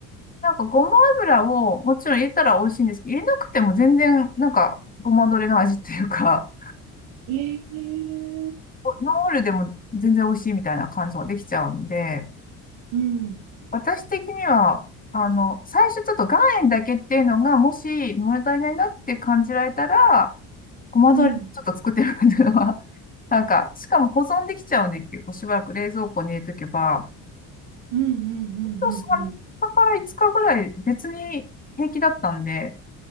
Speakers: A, on the left (about 20°); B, on the right (about 70°).
A: なんかごま油をもちろん入れたら美味しいんですけど、入れなくても全然なんかごまドレの味っていうか、
B: ええ
A: ノーオイルでも全然美味しいみたいな感じができちゃうんで、
B: うん。
A: 私的には、あの、最初ちょっと岩塩だけっていうのが、もし物足りないなって感じられたら、ごま豆腐ちょっと作ってるっていうのは、
B: うん。
A: <laughs> なんか、しかも保存できちゃうんで、結構しばらく冷蔵庫に入れとけば、
B: うん。うん。うん。
A: 今
B: うん。
A: 日3日かから5日ぐらい別に平気だったんで、